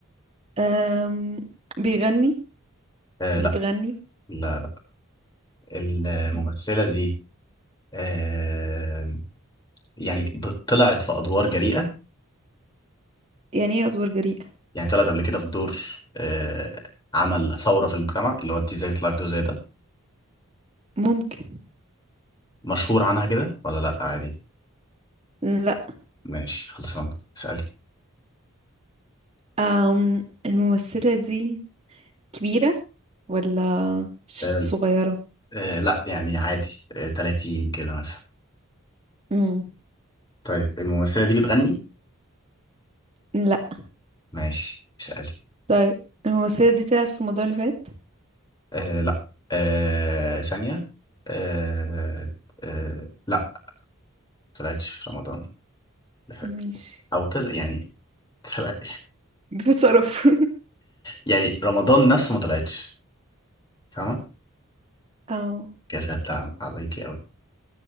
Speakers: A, on the right (about 30°); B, on the left (about 20°).
A: أم... بيغني
B: آه، لا
A: بتغني
B: لا لا الممثلة
A: طيب.
B: دي آه، يعني ب- طلعت في أدوار جريئة
A: يعني ايه أدوار جريئة
B: يعني طلعت قبل كده في دور آه، عمل ثورة في المجتمع اللي هو انت ازاي تطلعي في دور زي ده
A: ممكن
B: مشهور عنها كده ولا لا عادي
A: لا
B: ماشي خلصنا اسألي
A: أم... الممثلة دي كبيرة ولا ش-
B: آه،
A: صغيرة
B: آه، لا يعني عادي آه، 30 كده مثلا
A: مم.
B: طيب الممثلة دي بتغني؟
A: لا
B: ماشي اسألي
A: طيب الممثلة دي طلعت في رمضان اللي فات
B: آه لا آه ثانية آه آه لا طلعتش في رمضان اللي فات
A: ماشي
B: أو طلع يعني طلع
A: بشرف
B: يعني رمضان نفسه ما طلعتش فاهمة؟
A: <laughs> اه
B: كده سهلتها عليكي أوي